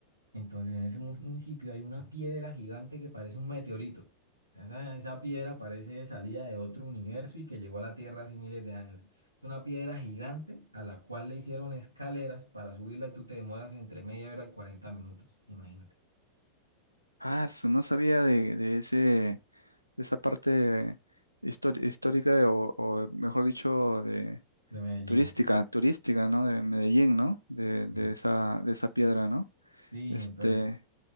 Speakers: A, on the right (about 80°); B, on the left (about 80°).
A: Entonces en ese municipio hay una piedra gigante que parece un meteorito. Esa, esa piedra parece de salida de otro universo y que llegó a la Tierra hace miles de años. Es una piedra gigante a la cual le hicieron escaleras para subirla y tú te demoras entre media hora y 40 minutos. Imagínate.
B: Ah, su- no sabía de, de ese, de esa parte histori- histórica o, o, mejor dicho, de
A: De Medellín,
B: turística,
A: sí.
B: turística, ¿no? De Medellín, ¿no? De,
A: Sí,
B: de esa, de esa piedra, ¿no?
A: sí,
B: Este,
A: entonces,